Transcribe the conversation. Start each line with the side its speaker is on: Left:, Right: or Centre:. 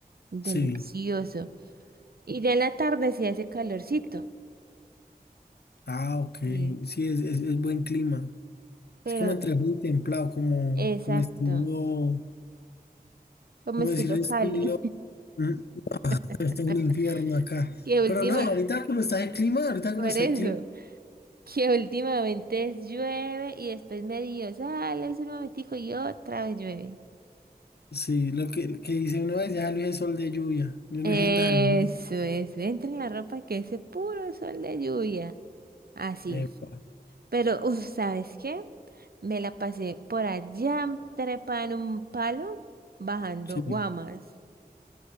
Right: delicioso.
Left: Sí.
Right: Y ya en la tarde sí hace calorcito.
Left: Ah, ok.
Right: Sí,
Left: Sí, es, es es buen clima.
Right: pero
Left: Es como entre muy templado, como,
Right: exacto,
Left: como estilo,
Right: como
Left: como
Right: estilo
Left: decir
Right: Cali.
Left: estilo, mm,
Right: <laughs>
Left: está un infierno acá.
Right: Qué última,
Left: Pero no, ahorita como está el clima, ahorita
Right: por
Left: como está
Right: eso.
Left: el clima.
Right: que últimamente llueve y después medio sale el sol un momentico y otra vez llueve.
Left: Sí, lo que, que dice uno es ya es el sol de lluvia. Yo
Right: Eso,
Left: no sé dónde salió.
Right: eso, entra en la ropa que ese puro sol de lluvia. Así.
Left: Epa,
Right: Pero, uf, ¿sabes qué? Me la pasé por allá trepada en un palo bajando
Left: sí.
Right: guamas.